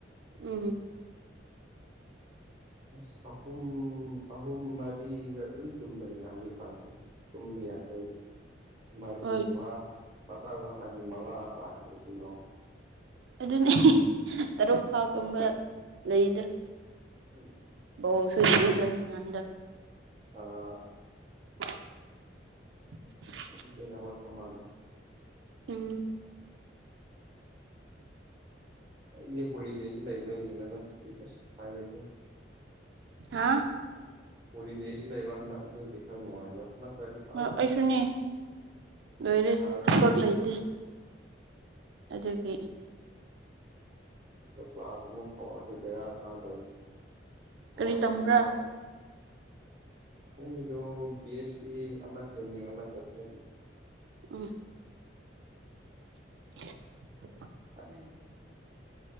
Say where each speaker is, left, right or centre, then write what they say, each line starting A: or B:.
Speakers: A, on the right (about 70°); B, on the right (about 25°).
A: ꯎꯝ
B: ꯑꯁ ꯑꯍꯨꯝ ꯑꯍꯨꯝ ꯃꯔꯤꯗ ꯑꯗꯨꯝ ꯇꯨꯝꯕꯅꯤꯅꯦ ꯍꯧꯖꯤꯛ ꯀꯥꯟꯁꯦ ꯇꯨꯝꯕ ꯌꯥꯗꯕꯒꯤ ꯃꯔꯤ
A: ꯍꯣꯏ
B: ꯋꯥ ꯄꯇꯥꯡ ꯃꯇꯥꯡꯒꯤ ꯃꯉꯥ ꯇꯒꯤꯕꯖꯨ ꯌꯥꯎꯏ
A: ꯑꯗꯨꯅꯤ ꯇꯔꯨꯛ ꯐꯥꯎ ꯇꯨꯝꯕ ꯂꯩꯗ
B: ꯎꯝ ꯎꯝ
A: ꯑꯣ ꯁꯣꯏ ꯃꯅꯤ ꯍꯟꯗꯛ
B: ꯑꯥ
A: <inaudible>
B: ꯑꯗꯨ ꯊꯦꯡꯅ ꯍꯧꯒꯠꯄ ꯃꯥꯥꯟꯅꯦ
A: ꯎꯝ
B: ꯑꯩꯗꯤ ꯀꯣꯔꯤꯕꯦꯁ ꯂꯩꯕꯔꯥ ꯌꯦꯡꯉꯦ ꯅꯠꯇꯔꯗꯤ ꯑꯁ ꯎꯄꯥꯏ ꯂꯩꯇ‌ꯦ
A: ꯍꯥꯥ
B: ꯍꯣꯂꯤꯗꯦꯁꯨ ꯂꯩꯕ ꯍꯟꯗꯛ ꯑꯗꯨꯒꯤ ꯈꯔ ꯅꯨꯡꯉꯥꯏꯕ ꯅꯠꯇꯔꯗꯤ
A: ꯍꯣꯏ
B: ꯑꯁ
A: ꯑꯩꯁꯨꯅꯦ ꯂꯣꯏꯔꯦ
B: ꯌꯥꯔꯣꯏ
A: ꯊꯕꯛ ꯂꯩꯇꯦ ꯑꯗꯨꯒꯤ
B: ꯑꯗꯨ ꯀ꯭ꯂꯥꯁ ꯑꯃꯨꯛ ꯀꯋꯥꯗꯤ ꯕꯦꯔꯥ ꯇꯗꯕꯩ
A: ꯀꯔꯤ
B: ꯑꯋꯥꯠꯄꯗꯤ
A: ꯇꯝꯕ꯭ꯔꯥ
B: ꯑꯋꯥꯠꯄ ꯅꯪꯗꯨ ꯕꯤ ꯑꯦꯁ ꯁꯤ ꯑꯃ ꯇꯅꯦ ꯑꯃ ꯆꯠꯄꯅꯤ
A: ꯎꯝ <inaudible>
B: <inaudible>